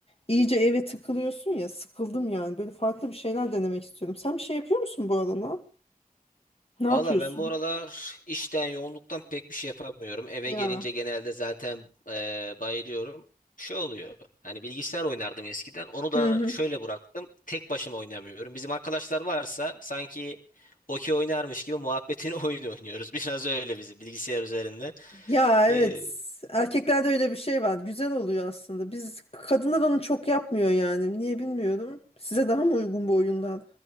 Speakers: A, on the left; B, on the left.
A: iyice eve tıkılıyorsun ya sıkıldım yani. Böyle farklı bir şeyler denemek istiyorum. Sen bir şey yapıyor musun bu arada? Ne yapıyorsun?
B: Valla ben bu aralar işten yoğunluktan pek bir şey yapamıyorum. Eve
A: Ya.
B: gelince genelde zaten e, bayılıyorum. Şey oluyor. Hani bilgisayar oynardım eskiden. Onu da
A: Hı hı.
B: şöyle bıraktım. Tek başıma oynamıyorum. Bizim arkadaşlar varsa sanki okey oynarmış gibi muhabbetini <laughs> oyun oynuyoruz. Biraz öyle bizim bilgisayar üzerinde
A: Ya evet.
B: E,
A: Erkeklerde öyle bir şey var. Güzel oluyor aslında. Biz kadınlar onu çok yapmıyor yani. Niye bilmiyorum. Size daha mı uygun bu oyunlar?